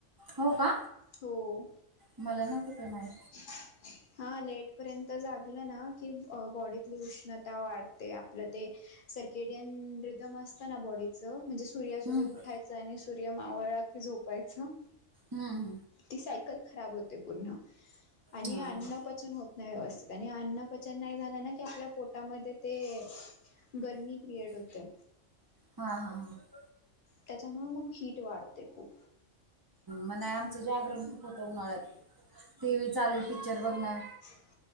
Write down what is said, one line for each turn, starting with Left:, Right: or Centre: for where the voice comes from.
Right: हो का?
Left: हो.
Right: मला नव्हतं ते माहित.
Left: <inaudible> हा लेटपर्यंत जागलं ना, की बॉडीतली उष्णता वाढते आपलं ते सर्केडियन रिदम असतं ना बॉडी चं म्हणजे सूर्यासोबत
Right: हम्म
Left: उठायचं आणि सूर्य मावळला कि झोपायचं.
Right: हा हा.
Left: ती सायकल खराब होते पुर्ण. आणि
Right: हम्म
Left: अन्न पचन होत नाही व्यवस्थित आणि अन्न पचन नाही झालं ना, की आपल्या पो टामध्ये ते गरमी क्रिएट होते.
Right: हा हा हा.
Left: त्याच्यामुळे मग हीट वाढते खूप.
Right: म ना आमचं जागरण खूप होतं उन्हाळ्यात टी व्ही चालू पिक्चर बघणं.
Left: <inaudible>